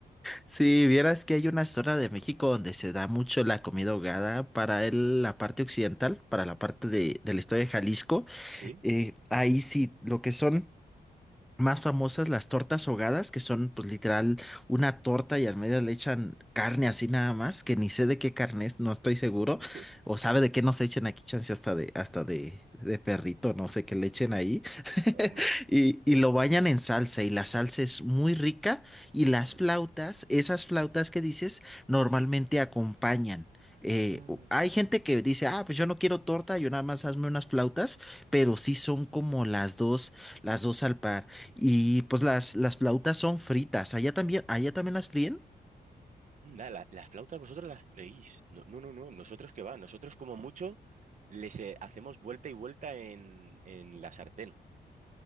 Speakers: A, in the centre; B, on the right.
A: sí, vieras que hay una zona de México donde se da mucho la comida ahogada para el- la parte occidental, para la parte de, del estado de Jalisco.
B: ¿Sí?
A: eh, ahí sí, lo que son más famosas las tortas ahogadas, que son pues literal una torta y al medio le echan carne así nada más, que ni sé de qué carne es, no estoy seguro,
B: <laughs>
A: o sabe de qué nos echen aquí, chance hasta de, hasta de, de perrito, no sé qué le echen ahí,
B: Hombre.
A: <laughs> y, y lo bañan en salsa y la salsa es muy rica y las
B: Sí.
A: flautas, esas flautas que dices, normalmente
B: sí.
A: acompañan. eh,
B: Ah.
A: u- hay gente que dice, ah, pues yo no quiero torta, yo nada más hazme unas flautas, pero sí son como las dos, las dos al par. Y pues las, las flautas son fritas. ¿Allá también, allá también las fríen?
B: Anda, la- las flautas vosotros las freís. No, no, no, no. Nosotros qué va. Nosotros como mucho les eh, hacemos vuelta y vuelta en, en la sartén.